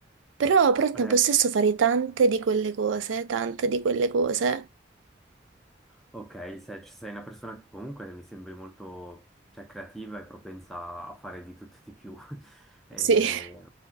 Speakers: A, on the right; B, in the centre.
A: Però, però al
B: Eh,
A: tempo stesso fare tante di quelle cose, tante di quelle cose.
B: Ok, se ci sei una persona che comunque mi sembri molto, cioè, creativa e propensa a fare di tutto e di più, <laughs> E-
A: Sì, <laughs>